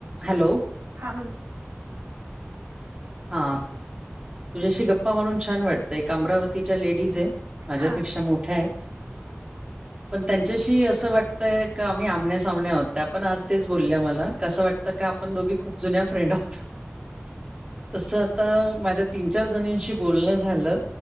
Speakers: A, on the right; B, on the right.
A: हॅलो
B: हा बोल ना
A: हा तुझ्याशी गप्पा मारून छान वाटतं एक अमरावतीच्या लेडीज आहे. माझ्यापेक्षा
B: हा
A: मोठ्या आहेत. पण त्यांच्याशी असं वाटतंय का आम्ही आमण्या सामन आहोतत्या पणआज तेच बोलल्या मला कसं वाटतं. आत आपण दोघी खूप जुन्या फ्रेड आहोत. तसं आता माझ तीन चार जणीशी बोलणं झालं.